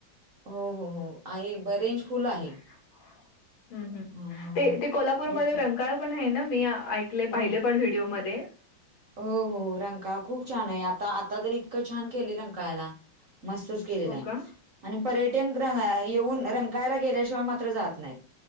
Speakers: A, on the right (about 55°); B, on the left (about 80°).
A: हो हो हो आहे ब रेंज फुल आहे
B: हम्म हम्म
A: हा हा
B: ते
A: हा
B: ते कोल्हापूरमध्ये
A: हेच
B: रणकाळ रंकाळ पण आहे ना. मी ऐकले
A: हो
B: पाहिले पण व्हिडिओमध्ये.
A: हो हो रंकाळा खूप छान आहे. आता आता तर इतकं छान केलं रंकाळ्याला. मस्तच केलेला
B: हो
A: आहे.
B: का?
A: आणि पर्यटन गृह येऊन रंकळ्याला गेल्याशिवाय म खर जात नाहीत.